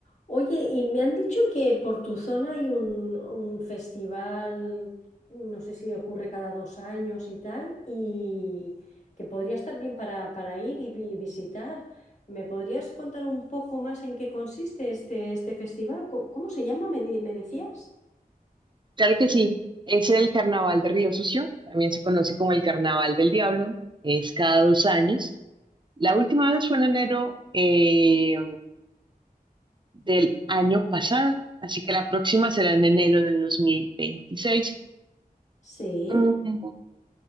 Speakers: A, on the left; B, on the right.
A: Oye, y me han dicho que por tu zona hay un, un festival, no sé si ocurre cada dos años y tal, y que podría estar bien para, para ir y vi- visitar. ¿Me podrías contar un poco más en qué consiste este, este festival? Co- ¿Cómo, se llama? ¿Me, di- me decías?
B: Claro que sí, es el Carnaval de Río Sucio, también se conoce como el Carnaval del Diablo, es cada dos años. La última vez fue en enero eh, del año pasado, así que la próxima será en enero de 2026.
A: Sí.
B: Mm,